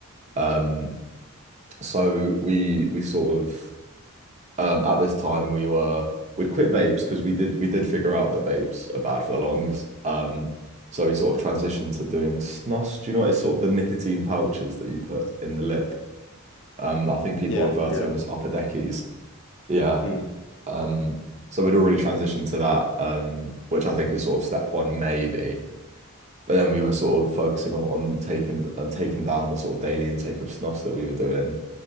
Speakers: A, on the right; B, on the left.
A: um So we we sort of um at this time we were we'd quit vapes because we did we did figure out that vapes are bad for the lungs. Um so we sort of transitioned to doing snus. Do you know what? It's sort of the nicotine pouches that you put in the lip. Um I think people
B: Yeah,
A: refer
B: yeah.
A: to them as upper deckies. Yeah.
B: Mm.
A: Um so we'd already transitioned to that, um, which I think is sort of step one maybe. But then we were sort of focusing on on taking and taking down the sort of daily intake of snus that we were doing.